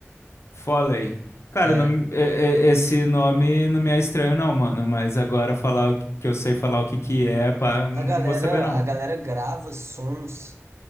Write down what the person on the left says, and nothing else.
Foley. Cara,
não, é- é- esse nome não me é estranho não, mano, mas agora falar o que que eu sei falar o que que é, pá, não
vou saber não.